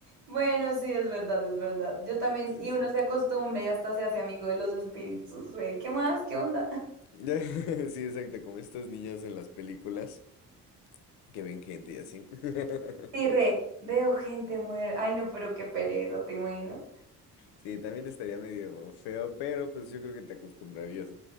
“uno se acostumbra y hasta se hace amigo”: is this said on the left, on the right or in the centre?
Right